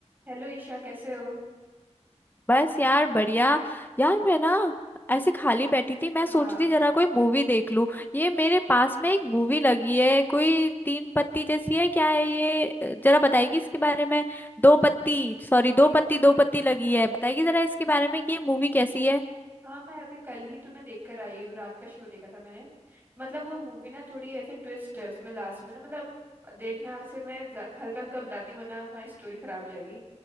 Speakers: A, on the right (about 15°); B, on the left (about 15°).
A: Hello Isha कैसे हो
B: बस यार बढ़िया यार मैं ना ऐसे खाली बैठी थी मैं सोची
A: हाँ
B: थी जरा कोई मूवी देख लूं ये मेरे पास में एक मूवी लगी है कोई तीन पत्ती जैसी है क्या है ये अ, जरा बताएगी इसके बारे में दो पत्ती सॉरी दो पत्ती दो पत्ती लगी है बताएगी जरा इसके बारे में कि ये मूवी कैसी है
A: हाँ मैं अभी कल ही तुम्हें देखकर आई हूँ रात का शो देखा था मैंने मतलब वो मूवी ना थोड़ी ऐसे ट्विस्ट है उसमें लास्ट में ना मतलब देखना वैसे मैं हल्का हल्का बताती हूँ वरना तुम्हारी स्टोरी खराब हो जाएगी